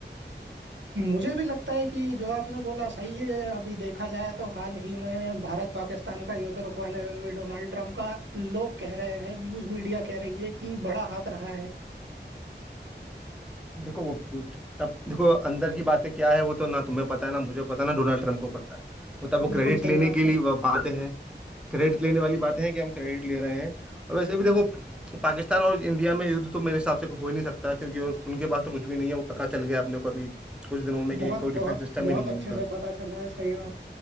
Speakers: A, on the right; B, in the centre.
A: मुझे भी लगता है कि जो आपने बोला सही है अभी देखा जाए तो हाल ही में भारत पाकिस्तान का युद्ध रुकवाने में भी डोनाल्ड ट्रम्प का लोग कह रहे हैं न्यूज मीडिया कह रही है कि बड़ा हाथ रहा है
B: देखो वो वो- अब देखो अंदर की बातें क्या है वो तो ना तुम्हें पता है ना मुझे पता है ना डोनाल्ड ट्रम्प को पता है वो तब वो
A: बिल्कुल
B: क्रेडिट
A: सही
B: लेने
A: बात
B: के लिए
A: है
B: वो बातें हैं क्रेडिट लेने वाली बातें हैं कि हम क्रेडिट ले रहे हैं और वैसे भी देखो पाकिस्तान और इंडिया में युद्ध तो मेरे हिसाब से हो ही नहीं सकता क्योंकि उन- उनके पास तो कुछ भी नहीं है वो पता चल गया अपने को अभी कुछ दिनों में कि
A: बहुत
B: कोई डिफेंस
A: बहुत
B: सिस्टम
A: बहुत
B: ही नहीं
A: अच्छे
B: है उनका
A: से पता चला है सही बात